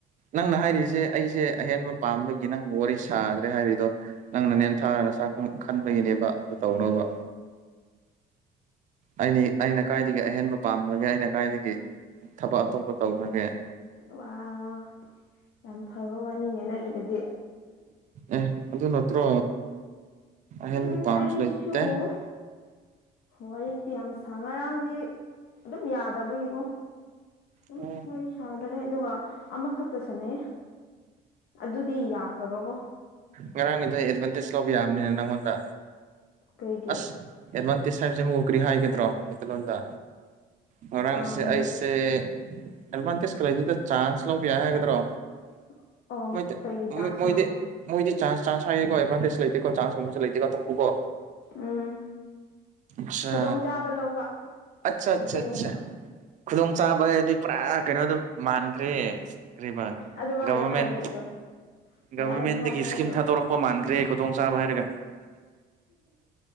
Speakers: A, on the right; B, on the left.
A: ꯅꯪꯅ ꯍꯥꯏꯔꯤꯁꯦ ꯑꯩꯁꯦ ꯑꯍꯦꯟꯕ ꯄꯥꯝꯕꯒꯤ ꯅꯪꯕꯨ ꯋꯥꯔꯤ ꯁꯥꯗ꯭ꯔꯦ ꯍꯥꯏꯔꯤꯗꯣ ꯅꯪꯅ ꯅꯦꯝꯊꯥꯔ ꯅꯥꯁ ꯈꯟꯕꯒꯤꯅꯦꯕ꯫ ꯇꯧꯅꯣꯕ ꯑꯩꯅꯤ ꯑꯩꯅ ꯀꯥꯏꯗꯒꯤ ꯑꯍꯦꯟꯕ ꯄꯥꯝꯈꯒꯦ ꯑꯩꯅ ꯀꯥꯏꯗꯒꯤ꯫ ꯊꯕꯛ ꯑꯇꯣꯞꯄ ꯇꯧꯈ꯭ꯔꯒꯦ꯫
B: ꯋꯥꯎ ꯌꯥꯝ ꯐꯕ ꯋꯥꯅꯤꯅꯦ ꯅꯪꯒꯤꯗꯨꯗꯤ꯫
A: ꯑꯦ ꯑꯗꯨ ꯅꯠꯇ꯭ꯔꯣ꯫ ꯑꯍꯦꯟꯕ
B: ꯎꯝ
A: ꯄꯥꯝꯕꯁꯨ
B: ꯑꯩꯁꯨꯨ꯫
A: ꯂꯩꯇꯦ
B: ꯋꯥꯔꯤꯗꯤ ꯌꯥꯝ ꯁꯥ ꯉꯔꯥꯡꯗꯤ ꯑꯗꯨꯝ ꯌꯥꯗꯕꯒꯤꯀꯣ꯫ ꯎꯝ
A: ꯑꯣ
B: ꯋꯥꯔꯤ ꯁꯥꯗꯔꯦ ꯑꯗꯨꯒ ꯑꯃꯈꯛꯇ ꯁꯥꯟꯅꯩꯌꯦ꯫ ꯑꯗꯨꯗꯤ ꯌꯥꯈ꯭ꯔꯕꯀꯣ꯫
A: ꯉꯔꯥꯡꯒꯤꯗꯨ ꯑꯦꯗꯚꯥꯟꯇꯦꯖ ꯂꯧꯕ ꯌꯥꯕꯅꯦ ꯅꯪꯉꯣꯟꯗ
B: ꯀꯩꯒꯤ
A: ꯑꯁ꯫ ꯑꯦꯗꯚꯥꯟꯇꯦꯖ ꯍꯥꯏꯕꯁꯦ ꯑꯃꯨꯛ ꯀꯔꯤ ꯍꯥꯏꯒꯗ꯭ꯔꯣ ꯃꯩꯇꯩ ꯂꯣꯟꯗ꯫ ꯉꯔꯥꯡꯁꯦ
B: ꯑꯝ
A: ꯑꯩꯁꯦ ꯑꯦꯗꯚꯥꯟꯇꯦꯖ ꯂꯩꯇꯦꯗꯥ ꯆꯥꯟꯁ ꯂꯧꯕ ꯌꯥꯏ ꯍꯥꯏꯒꯗ꯭ꯔꯣ꯫
B: <inaudible>
A: ꯃꯣꯏꯗ
B: ꯀꯩꯒꯤ ꯇ꯭ꯔꯥꯟꯁꯅꯣ
A: ꯃꯣꯏꯗꯤ ꯃꯣꯏꯗꯤ ꯆꯥꯟꯁ ꯆꯥꯟꯁ ꯍꯥꯏꯔꯤꯀꯣ ꯑꯦꯗꯚꯥꯟꯇꯦꯖ ꯂꯩꯇꯦꯀꯣ ꯆꯥꯟꯁꯀꯨꯝꯕꯁꯨ ꯂꯩꯇꯦꯀꯣ ꯑꯇꯣꯛꯄꯀꯣ꯫
B: ꯎꯝ꯫
A: ꯑꯁꯥ
B: ꯈꯨꯗꯣꯡ ꯆꯥꯕ ꯂꯧꯕ
A: ꯑꯆꯥ
B: ꯃꯩꯇꯩꯂꯣꯟꯗ
A: ꯑꯆꯥ ꯑꯆꯥ ꯈꯨꯗꯣꯡ ꯆꯥꯕꯗꯤ ꯍꯥꯏꯗꯤ꯫ ꯄꯨꯔꯥ ꯀꯩꯅꯣꯗꯨ ꯃꯥꯟꯈ꯭ꯔꯦ ꯀꯔꯤꯕ
B: ꯑꯗꯨꯃꯥꯏꯅ
A: ꯒꯚꯔꯃꯦꯟ꯫
B: ꯍꯥꯏꯌꯦꯅꯦ ꯑꯗꯣ
A: ꯒꯚꯔꯃꯦꯟꯗꯒꯤ
B: ꯌꯥꯔꯦ ꯑꯗꯨꯃꯥꯏꯅ
A: ꯏꯁꯀꯤꯝ
B: ꯍꯥꯏꯈ꯭ꯔꯣ
A: ꯊꯥꯗꯣꯔꯛꯄ ꯃꯥꯟꯈ꯭ꯔꯦ ꯈꯨꯗꯣꯡ ꯆꯥꯕ ꯍꯥꯏꯔꯒ꯫